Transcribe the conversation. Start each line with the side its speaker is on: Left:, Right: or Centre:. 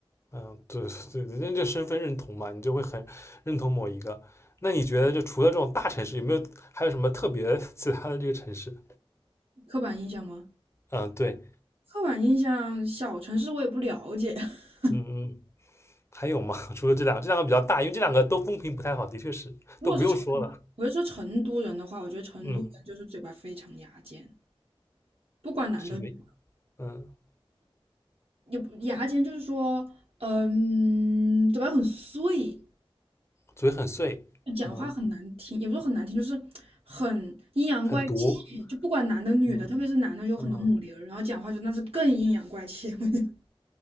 Left: 嗯，对对 <laughs> 对，人家这身份认同嘛，你就会很认同某一个。那你觉得，就除了这种大城市，有没有还有什么特别 <laughs> 其他的这个城市？
Right: 刻板印象吗？
Left: 嗯，对，
Right: 刻板印象，小城市我也不了解。<laughs>
Left: 嗯嗯，还有吗？<laughs> 除了这两个，这两个比较大，因为这两个都风评不太好，的确是都不用说了。
Right: 如果是成，我就说成都人的话，我觉得成都人就是嘴巴非常牙尖，
Left: 嗯，
Right: 不管男的女的，
Left: 什么？嗯，
Right: 也不牙尖就是说，嗯，嘴巴很碎，
Left: 嘴很碎，
Right: 讲话很难听，
Left: 嗯，
Right: 也不是很难听，就是很阴阳怪气，
Left: 很毒，
Right: 就不管男的女的，
Left: 嗯
Right: 特别是男的有很多母零儿然后讲话就那是更阴阳怪气。
Left: 嗯，
Right: <laughs>